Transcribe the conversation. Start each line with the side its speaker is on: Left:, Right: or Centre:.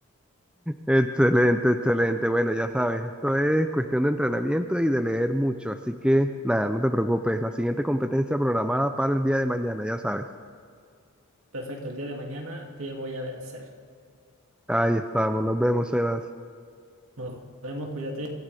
Centre: Excelente, excelente. Bueno, ya sabes, esto es cuestión de entrenamiento y de leer mucho, así que nada, no te preocupes. La siguiente competencia programada para el día de mañana, ya sabes.
Right: Perfecto, el día de mañana te voy a vencer.
Centre: Ahí estamos, nos vemos, Sebas.
Right: Nos vemos, cuídate.